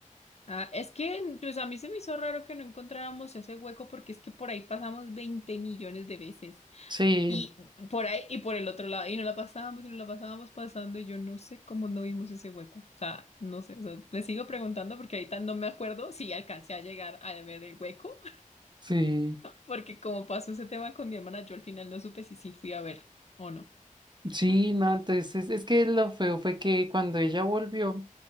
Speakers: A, on the left (about 50°); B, on the right (about 35°).
A: Ah, es que pues a mí se me hizo raro que no encontráramos ese hueco porque es que por ahí pasamos 20 millones de veces.
B: Sí,
A: Y por ahí y por el otro lado. Y no la pasábamos y no la pasábamos pasando. Y yo no sé cómo no vimos ese hueco. O sea, no sé. O sea, le sigo preguntando porque ahorita no me acuerdo si alcancé a llegar a ver el hueco
B: sí,
A: Porque como pasó ese tema con mi hermana, yo al final no supe si sí fui a ver o no.
B: sí,
A: Mm,
B: no, entonces es que lo feo fue que cuando ella volvió,